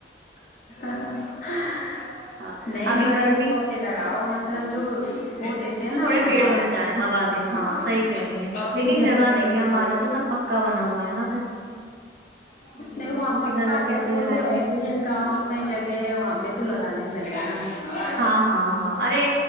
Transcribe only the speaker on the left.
<inaudible>
نہیں
بڑے
پودے لگاؤ مطلب جو وہ دیتے ہیں
نا
ہوا
ہاں
آکسیجن
ملے
ان
سے
نہیں وہاں
پکا
ہے
وہ
تو ہےن
گاؤں میں جگہ ہے وہاں پہ تو لگانے چاہیے نا